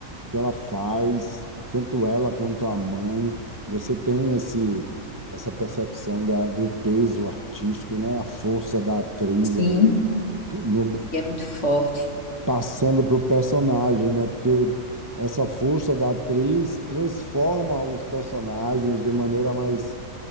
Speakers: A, on the right; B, on the left.
A: que ela faz, tanto ela quanto a mãe, você tem esse essa percepção da, do peso artístico, né? A força da atriz
B: Sim,
A: a- no,
B: e é muito forte.
A: passando para o personagem, né? Porque essa força da atriz transforma os personagens de maneira mais